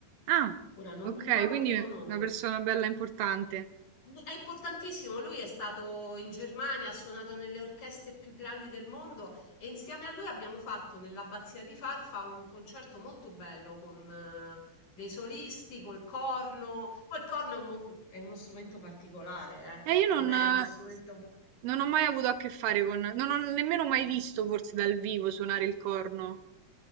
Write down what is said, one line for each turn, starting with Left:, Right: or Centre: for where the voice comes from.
Right: Ah,
Left: Ora non
Right: ok,
Left: mi ricordo
Right: quindi
Left: il suo nome.
Right: una persona bella importante.
Left: No, È importantissimo, lui è stato in Germania, ha suonato nelle orchestre più grandi del mondo e insieme a lui abbiamo fatto nell'Abbazia di Farfa un concerto molto bello con eh, dei solisti, col corno. Poi il corno è, un mo- mhmm, è uno strumento particolare, eh,
Right: Eh, io
Left: Non
Right: non,
Left: è
Right: non
Left: uno strumento...
Right: ho mai avuto a che fare con, non ho nemmeno mai visto forse dal vivo suonare il corno.